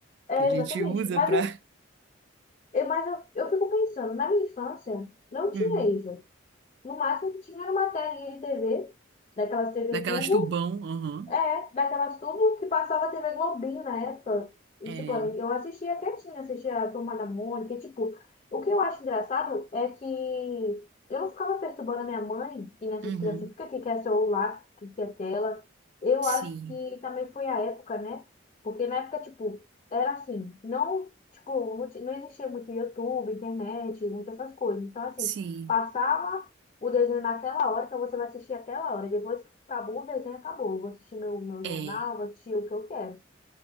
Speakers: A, on the left; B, on the right.
A: é
B: Que a gente
A: exatamente.
B: usa
A: Mas,
B: pra.
A: eu, eu- mas eu, eu fico pensando, na minha infância, não tinha
B: Hum.
A: isso. No máximo que tinha era uma telinha de TV, daquelas TV
B: Daquelas
A: tubo,
B: tubão. Aham.
A: é, daquela tudo que passava TV Globinho na época. E,
B: É.
A: tipo, eu assistia quietinha, assistia a Turma da Mônica. E, tipo, o que eu acho engraçado é que eu não ficava perturbando a minha mãe e nessas
B: Uhum.
A: crianças, fica que quer celular, que quer tela. Eu
B: Sim,
A: acho que também foi a época, né? Porque na época, tipo, era assim, não, tipo, não, ti- não existia muito YouTube, internet, muitas essas coisas. Então, assim,
B: sim.
A: passava o desenho naquela hora, então você vai assistir aquela hora. Depois Acabou o desenho, acabou. Eu vou assistir meu, meu jornal,
B: É.
A: vou assistir o que eu quero,